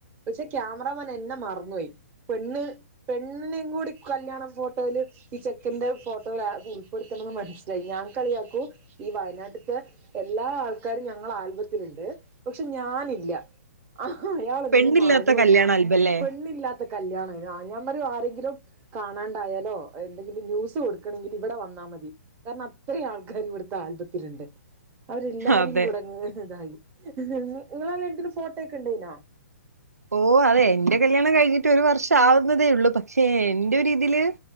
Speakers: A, on the right (about 20°); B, on the right (about 75°).
A: പക്ഷെ ക്യാമറാമാൻ എന്നെ മറന്നു പോയി. പെണ്ണ് പെണ്ണിനേം കൂടി കല്യാണ ഫോട്ടോയില് ഈ ചെക്കന്റെ ഫോട്ടോല് ഉൾപ്പെടുത്തണെന്ന് മനസ്സിലായി ഞാൻ കളിയാക്കൂ ഈ വയനാട്ട്ത്തെ എല്ലാ ആൾക്കാരും ഞങ്ങളെ ആൽബത്തില്ണ്ട്. പക്ഷെ ഞാനില്ല ആഹ് അയാളെന്നെ
B: പെണ്ണില്ലാത്ത
A: മറന്നോയി.
B: കല്യാണ ആൽബല്ലേ
A: പെണ്ണില്ലാത്ത കല്യാണ ആഹ് ഞ ആരെയെങ്കിലും കാണാണ്ടായാലോ എന്തെങ്കിലും ന്യൂസ് കൊടുക്കണെങ്കിൽ ഇവിടെ വന്നാൽ മതി കാരണം അത്രേ ആൾക്കാർ ഇവിടുത്തെ ആൽബത്തില്ണ്ട്. അവരെല്ലാരെകൂടെങ്ങ്
B: അതെ
A: ഇതായി നിങ്ങളല്ല്യാണത്തിന് ഫോട്ടോ ഒക്കെ ഉണ്ടായിനോ
B: ഓ അതെ എന്റെ കല്യാണം കഴിഞ്ഞിട്ട് ഒരു വർഷം ആവുന്നതേ ഉള്ളൂ പക്ഷേ എന്റെ ഒരു ഇതില്